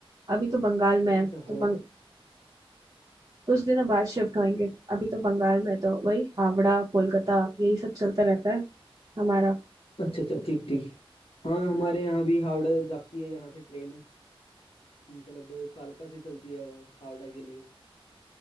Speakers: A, on the right; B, on the left.
A: अभी तो बंगाल में है
B: अच्छा
A: तो
B: हो
A: बंग, कुछ दिनों बाद शिफ्ट होंगे अभी तो बंगाल में है तो वही हावड़ा कोलकाता यही सब चलता रहता है हमारा
B: अच्छा अच्छा ठीक ठीक हाँ हमारे यहाँ भी हावड़ा जाती है यहाँ से ट्रेन मतलब कालका से चलती है वो हावड़ा के लिए